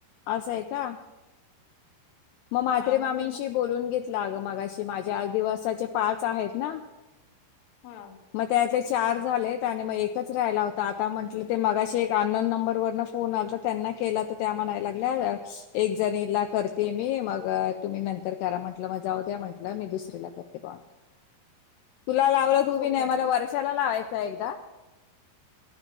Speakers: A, on the left (about 80°); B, on the left (about 65°).
A: असंय का मग मात्रे
B: हा
A: मामींशी
B: ते म-
A: बोलून घेत ग मग माझ्या आ दिवसाचे पाच आहेत ना
B: हा
A: म चार झाले आणि मग एकच राहिला होता आता म्हंटलं ते मगाशी एक अनन नंबर वरन फोन आला त्यांना केला तर त्या म्हणा लागल्या एक जणीला कर. ते मी मग तुम्ही नंतर करा म्हंटलं मग जाऊ द्या म्हंटलं मी दुसरीला करते पाह. तुला लावलं तू
B: हो
A: बी नाही
B: काय
A: मला वर्षाला लावायच एकदा